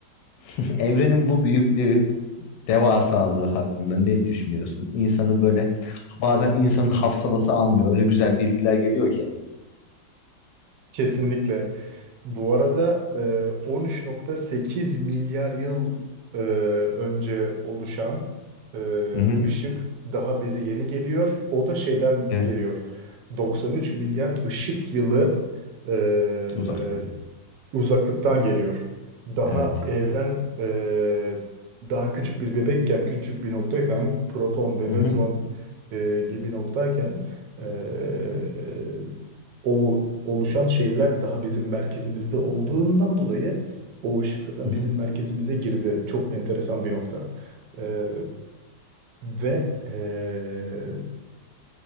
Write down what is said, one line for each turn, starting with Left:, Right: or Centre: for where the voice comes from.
Left: <laughs> Evrenin bu büyüklüğü, devasalığı hakkında ne düşünüyorsun? İnsanı böyle bazen insanın hafsalası almıyor. Öyle güzel bilgiler geliyor ki.
Right: Kesinlikle. Bu arada e, 13.8 milyar yıl e, önce oluşan e,
Left: Hı hı.
Right: ışık daha bize yeni geliyor. O da şeyden
Left: Evet,
Right: geliyor. 93 milyar ışık yılı e,
Left: uzaktan.
Right: uzaklıktan geliyor. Daha
Left: Evet.
Right: evren e, daha küçük bir bebekken, küçük bir noktayken, proton ve
Left: Hı
Right: nötron
Left: hı.
Right: e, gibi noktayken e, o oluşan şeyler daha bizim merkezimizde olduğundan dolayı o ışık zaten
Left: Hı
Right: bizim
Left: hı.
Right: merkezimize girdi. Çok enteresan bir nokta. E, ve e,